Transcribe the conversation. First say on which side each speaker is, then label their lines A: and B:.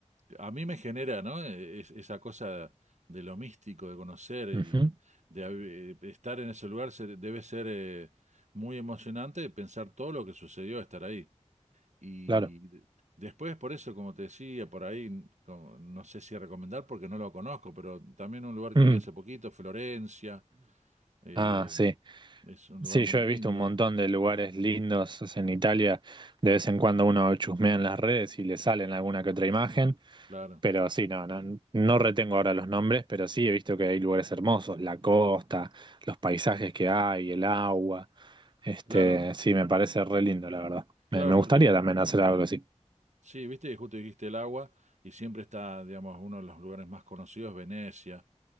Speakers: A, on the right; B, on the right.
A: a mí me genera, ¿no? E, Es- esa cosa de lo místico, de conocer y
B: Ujú.
A: de hab- eh, estar en ese lugar se- debe ser eh, muy emocionante pensar todo lo que sucedió estar ahí. Y
B: Claro.
A: de- después, por eso, como te decía, por ahí, n- como- no sé si recomendar porque no lo conozco, pero también un lugar
B: <clears throat>
A: que vi hace poquito, Florencia, eh,
B: Ah, sí.
A: es un
B: Sí,
A: lugar muy
B: yo
A: lindo,
B: he visto un montón de lugares lindos o sea, en Italia. De vez en cuando uno chusmea en las redes y le salen alguna que otra imagen.
A: claro,
B: Pero sí, no, no, no retengo ahora los nombres, pero sí he visto que hay lugares hermosos, la costa, los paisajes que hay, el agua. Este,
A: claro,
B: sí, me parece re lindo, la verdad.
A: claro,
B: Me, me
A: porque
B: gustaría también hacer algo así.
A: Sí, viste, que justo dijiste el agua y siempre está, digamos, uno de los lugares más conocidos, Venecia.